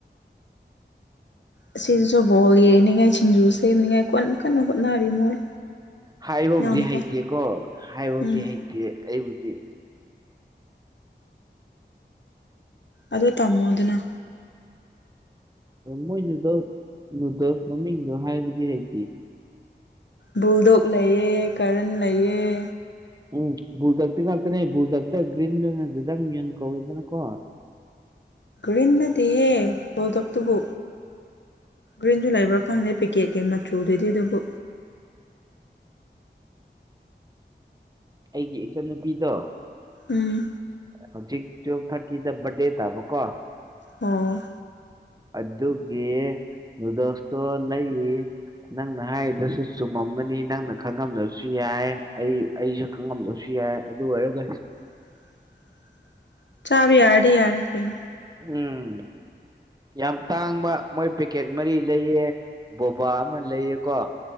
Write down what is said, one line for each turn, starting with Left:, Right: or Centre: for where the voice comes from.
Left: ꯑꯁꯤꯁꯤꯁꯨ ꯕꯣꯜ ꯌꯩꯅꯤꯡꯉꯥꯏ ꯁꯤꯡꯖꯨ ꯁꯦꯝꯅꯤꯉꯥꯏ ꯀꯟꯅ ꯀꯟꯅ ꯍꯣꯠꯅꯔꯤ ꯃꯣꯏ
Right: ꯍꯥꯏꯕꯕꯨꯗꯤ
Left: ꯏꯅꯥꯎꯅꯨꯄꯥ
Right: ꯍꯩꯇꯦꯀꯣ ꯍꯥꯏꯕꯕꯨꯗꯤ
Left: ꯎꯝ
Right: ꯍꯩꯇꯦ ꯑꯩꯕꯨꯗꯤ
Left: ꯑꯗꯣ ꯇꯃꯣꯗꯅ
Right: ꯃꯣꯏ ꯅꯨꯗꯜ ꯅꯨꯗꯜꯁ ꯃꯃꯤꯡꯗꯣ ꯍꯥꯏꯕꯨꯗꯤ ꯍꯩꯇ
Left: ꯕꯨꯜꯗꯣꯛ ꯂꯩꯑꯦ ꯀꯔꯟ ꯂꯩꯑꯦ
Right: ꯎꯝ ꯕꯨꯗꯛꯇꯤ ꯉꯥꯛꯇꯅꯦ ꯕꯨꯗꯛꯇ ꯒ꯭ꯔꯤꯟꯗꯪ ꯌꯦꯟ ꯀꯧꯋꯤꯗꯅꯀꯣ
Left: ꯔꯤꯟꯅꯗꯤꯍꯦ ꯍꯧ ꯗꯣꯛꯛꯇꯨꯕꯨ ꯒ꯭ꯔꯤꯟ ꯨ ꯂꯩꯕ꯭ꯔꯥ ꯈꯪꯗꯦ ꯄꯦꯀꯦꯠꯀꯤ ꯃꯆꯨꯗꯨꯗꯤ ꯑꯗꯨꯕꯨ
Right: ꯑꯩꯒꯤ ꯏꯆꯟꯅꯨꯄꯤꯗꯣ
Left: ꯎꯝ
Right: ꯍꯧꯖꯤꯛ ꯇꯨꯋꯦꯜꯐ ꯊꯥꯔꯇꯤꯗ ꯕꯔꯗꯦ ꯇꯥꯕꯀꯣ
Left: ꯑꯣ
Right: ꯑꯗꯨ ꯑꯗꯨꯒꯦ ꯑꯗꯨꯗꯣꯁꯣ ꯅꯏ ꯅꯪꯅ ꯍꯥꯏꯔꯤꯗꯁꯨ ꯆꯨꯝꯃꯝꯒꯅꯤ ꯅꯪꯅ ꯈꯪꯉꯝꯗꯕꯁꯨ ꯌꯥꯏ ꯑꯩ ꯑꯩꯁꯨ ꯈꯪꯉꯝꯗꯕꯁꯨ ꯌꯥꯏ ꯌꯥ ꯑꯗꯨ ꯑꯣꯏꯔꯒ
Left: ꯎ ꯆꯥꯕ ꯌꯥꯔ ꯌꯥꯔꯦ ꯀꯩꯅꯩꯅ
Right: ꯎꯝ ꯌꯥꯝ ꯇꯥꯡꯕ ꯃꯣꯏ ꯄꯦꯀꯦꯠ ꯃꯔꯤ ꯂꯩꯑ ꯕꯣꯕꯥ ꯑꯃ ꯂꯩꯑꯀꯣ